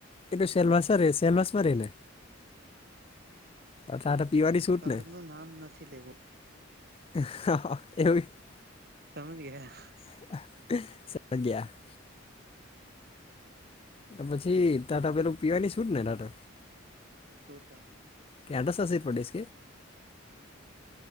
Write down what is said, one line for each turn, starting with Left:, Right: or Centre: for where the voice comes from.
Left: એ તો સેલવાસમાં રે સેલવાસ માં ર ને? ટાટા પીવાની
Right: સ્થળ
Left: છૂટ ને
Right: નું નામ નથી લેવું.
Left: <unintelligible>
Right: <unintelligible>
Left: <unintelligible> પછી ટાટા પેલું પીવાની છુટ ને રાતે?
Right: <unintelligible>
Left: કે આડ સાસી પડીશ